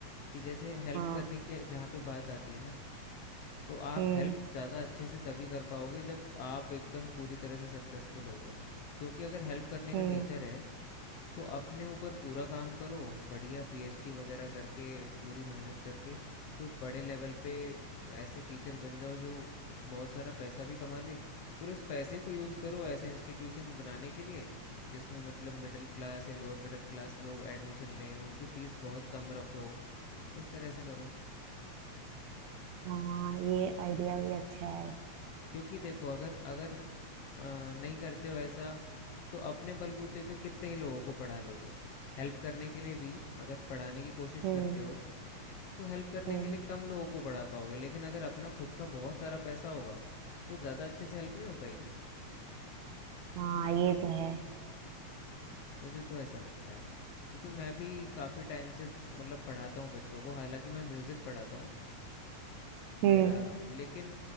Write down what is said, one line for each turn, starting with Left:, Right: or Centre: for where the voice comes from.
Left: कि जैसे हेल्प
Right: हाँ
Left: करने की जहाँ पे बात आती है ना तो आप
Right: हम्म
Left: हेल्प ज़्यादा अच्छे से तभी कर पाओगे जब आप एकदम पूरी तरह से सक्सेसफुल होगे क्योंकि अगर हेल्प करने
Right: हम्म
Left: का नेचर है तो अपने ऊपर पूरा काम करो बढ़िया पीएचडी वगैरह करके पूरी मेहनत करके कोई बड़े लेवल पे ऐसे टीचर बन जाओ जो बहुत सारा पैसा भी कमा ले फिर उस पैसे को यूज़ करो ऐसे इंस्टीट्यूशंस बनाने के लिए जिसमें मतलब मिडिल क्लास या लोअर मिडिल क्लास लोग एडमिशन लें उनकी फ़ीस बहुत कम रखो इस तरह से करो
Right: हाँ ये आइडिया भी अच्छा है
Left: क्योंकि देखो अगर अगर अ, नहीं करते हो ऐसा तो अपने बलबूते पे कितने ही लोगों को पढ़ा लोगे हेल्प करने के लिए भी अगर पढ़ाने की कोशिश
Right: हम्म
Left: करते हो तो हेल्प करने
Right: हम्म
Left: के लिए कम लोगों को पढ़ा पाओगे लेकिन अगर अपना खुद का बहुत सारा पैसा होगा तो ज़्यादा अच्छे से हेल्प नहीं हो पाएगी
Right: हाँ ये तो है
Left: मुझे तो ऐसा लगता है क्योंकि मैं भी काफ़ी टाइम से मतलब पढ़ाता हूँ बच्चों को हालांकि मैं म्यूज़िक पढ़ाता हूँ
Right: हम्म
Left: मेरा लेकिन